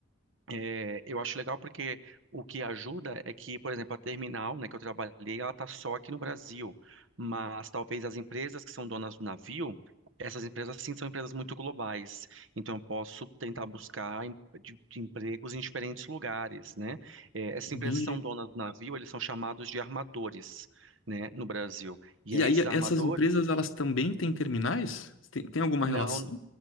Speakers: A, on the right; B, on the left.
A: É, eu acho legal porque o que ajuda é que, por exemplo, a terminal, né, que eu trabalhei, ela está só aqui no Brasil, mas talvez as empresas que são donas do navio, essas empresas sim são empresas muito globais, então eu posso tentar buscar em- de- de empregos em diferentes lugares, né? É, essas empresas
B: Entendi.
A: que são donas do navio, eles são chamados de armadores, né, no Brasil. E
B: E
A: aí,
B: aí,
A: esses
B: essas
A: armadores
B: empresas, elas também têm terminais? Tem, tem alguma
A: Não,
B: relação?